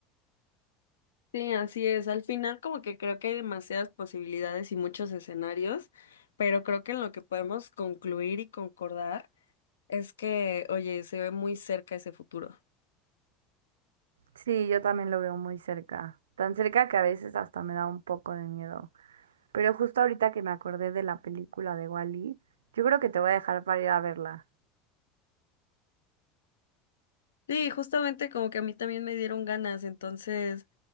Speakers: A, on the left (about 75°); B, on the right (about 75°).
A: Sí, así es. Al final como que creo que hay demasiadas posibilidades y muchos escenarios, pero creo que en lo que podemos concluir y concordar Es que, oye, se ve muy cerca ese futuro.
B: Sí, yo también lo veo muy cerca, tan cerca que a veces hasta me da un poco de miedo. Pero justo ahorita que me acordé de la película de Wall-E, yo creo que te voy a dejar para ir a verla.
A: Sí, justamente como que a mí también me dieron ganas, entonces